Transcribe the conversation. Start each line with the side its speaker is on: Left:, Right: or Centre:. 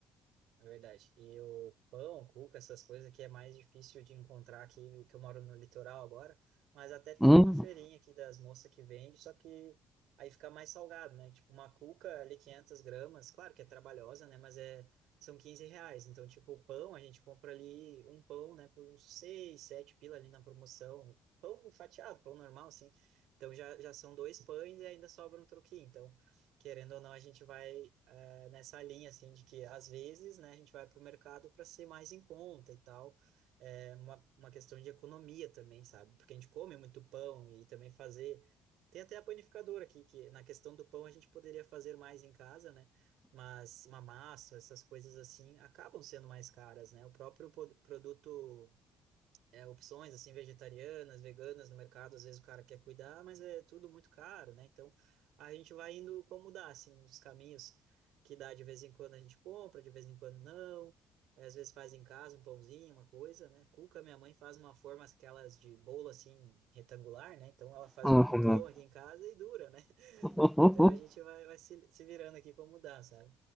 Right: É verdade. E o pão, cuca, essas coisas que é mais difícil de encontrar aqui, que eu moro no litoral agora, mas até tem
Centre: Hum,
Right: uma feirinha aqui das moças que vende, só que aí fica mais salgado, né? Tipo, uma cuca ali 500 gramas, claro que é trabalhosa, né? Mas é, são 15 reais. Então, tipo, o pão, a gente compra ali um pão, né? Por uns 6 7 pila ali na promoção. Pão fatiado, pão normal, assim. Então já, já são dois pães e ainda sobra um troquinho. Então, querendo ou não, a gente vai é, nessa linha, assim, de que às vezes, né, a gente vai para o mercado para ser mais em conta e tal, é uma, uma questão de economia também, sabe? Porque a gente come muito pão e também fazer. Tem até a panificadora aqui, que na questão do pão a gente poderia fazer mais em casa, né? Mas uma massa, essas coisas assim, acabam sendo mais caras, né? O próprio pod- produto é, opções assim vegetarianas, veganas no mercado, às vezes o cara quer cuidar, mas é tudo muito caro, né? Então a gente vai indo como dá, assim, os caminhos que dá de vez em quando a gente compra, de vez em quando não. É, Às vezes faz em casa um pãozinho, uma coisa, né? Cuca, minha mãe faz uma forma aquelas de bolo assim retangular, né? Então ela faz
Centre: hum,
Right: um cucão aqui em casa e dura, né? <laughs>
Centre: hum.
Right: Então a gente vai, vai se, se virando aqui como dá, sabe?